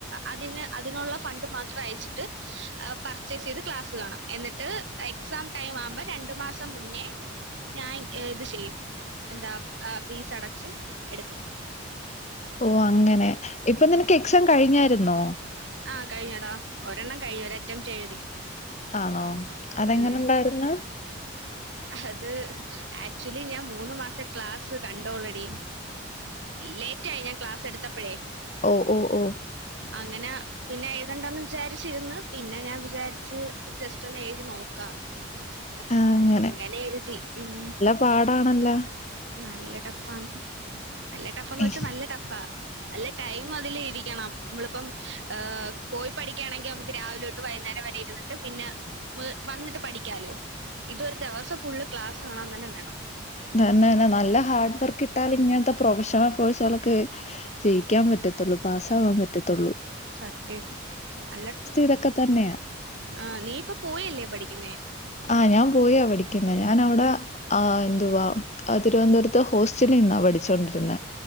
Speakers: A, on the right; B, on the left.
A: അതിന് അതിനുള്ള ഫണ്ട് മാത്രം അയച്ചിട്ട് പർച്ചേസ് ചെയ്ത് ക്ലാസ് കാണാം. എന്നിട്ട് എക്സാം ടൈം ആവുമ്പോ രണ്ടു മാസം മുന്നേ. ഞാൻ ഇത് ചെയ്യും എന്താ ഫീസ് അടച്ച് എടുക്കും.
B: ഓ അങ്ങനെ ഇപ്പൊ നിനക്ക് എക്സാം കഴിഞ്ഞായിരുന്നോ?
A: ആഹ് കഴിഞ്ഞെടാ ഒരെണ്ണം കഴിഞ്ഞു ഒരറ്റംറ്റ് എഴുതി
B: ആണോ അതെങ്ങനെ
A: ഉം
B: ഉണ്ടായിരുന്ന്.
A: അത് ആക്ച്വലി ഞാൻ മൂന്ന് മാസെ ക്ലാസ് കണ്ടോ ള്ളെ ടീ ലേറ്റായി ഞാൻ ക്ലാസ്സ് എടുത്തപ്പഴേ
B: ഓ ഓ ഓ
A: അങ്ങന പിന്നെ എഴുതണ്ടാന്ന് വിചാരിച്ചിന്ന് പിന്നെ ഞാൻ വിചാരിച്ച് ജസ്റ്റ് ഒന്ന് എഴുതി നോക്കാം.
B: ആഹ് അങ്ങ
A: അങ്ങനെ എഴുതി ഉം
B: പാടാണല്ല
A: നല്ല ടഫാന്ന് നല്ല ടഫാന്ന്
B: ഏഹ്,
A: വച്ചാ നല്ല ടഫാ നല്ല ടൈം അതിൽ ഇരിക്കണം നമ്മളിപ്പം ആ പോയ് പഠിക്കുകയാണെങ്കിൽ നമുക്ക് രാവിലോട്ട് വൈകുനേരം വരെ ഇരുന്നിട്ട് പിന്നെ വ് വന്നിട്ട് പഠിക്കാലോ ഇതൊരു ദിവസം ഫുള്ള് ക്ലാസ് കാണാൻ തന്നെ വേണം
B: തന്നെ തന്നെ നല്ല ഹാർഡ് വർക്ക് ഇട്ടാൽ ഇങ്ങനത്തെ പ്രൊഫഷണൽ കോഴ്സുകൾക്ക് ജയിക്കാൻ പറ്റത്തുള്ളൂ പാസ്സ് ആവാൻ പറ്റത്തൊള്ളൂ
A: സത്യം അല്ല
B: ഇതൊക്കെ തന്നെയാ.
A: ആഹ് നീ ഇപ്പ പോയല്ലേ പഠിക്കുന്നേ
B: ആഹ് ഞാൻ പോയിയ പഠിക്കുന്ന ഞാൻ അവിടെ ആഹ് ന്തുവാ തിരുവനന്തപുരത്ത് ഹോസ്റ്റലിൽ നിന്നാ പഠിച്ചുകൊണ്ടിരുന്നെ